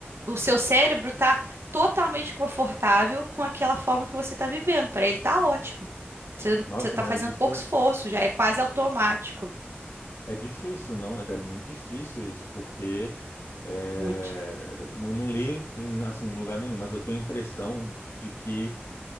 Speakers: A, on the right (about 80°); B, on the left (about 85°).
A: O seu cérebro está totalmente confortável com aquela forma que você está vivendo. Para ele está ótimo. Você
B: Nossa,
A: está
B: mas
A: fazendo
B: isso
A: pouco esforço, já é quase automático.
B: É difícil, não? né? É muito difícil isso, porque é,
A: Muito.
B: não, não li em, assim, em lugar nenhum, mas eu tenho a impressão de que